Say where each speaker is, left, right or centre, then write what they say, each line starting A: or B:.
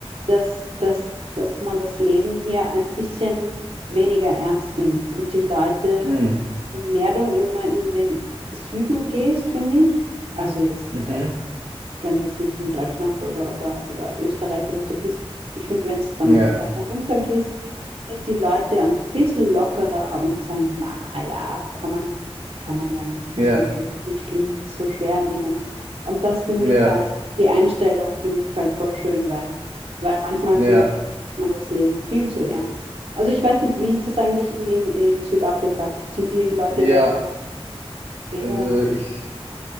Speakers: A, on the right; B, on the right.
A: dass, dass, dass man das Leben hier ein bisschen weniger ernst nimmt. Und die Leute,
B: hm.
A: je mehr du immer in den Süden gehst, finde ich, also jetzt
B: Mhm.
A: äh, wenn du jetzt nicht in Deutschland oder, oder, oder Österreich oder so bist, ich finde, wenn es dann
B: Ja,
A: weiter runter gehst, sind die Leute ein bisschen lockerer und sagen, "Hm, ah ja, kann man, kann man ja nicht, muss
B: ja,
A: man ja nicht so schlimm, so schwer nehmen. Und das finde
B: ja,
A: ich halt, die Einstellung finde ich halt voll schön, weil, weil manchmal
B: ja,
A: findet man das Leben viel zu ernst. Also ich weiß nicht, wie ist das eigentlich in, in Südafrika? Sind die Leute
B: ja.
A: da eher,
B: Also ich,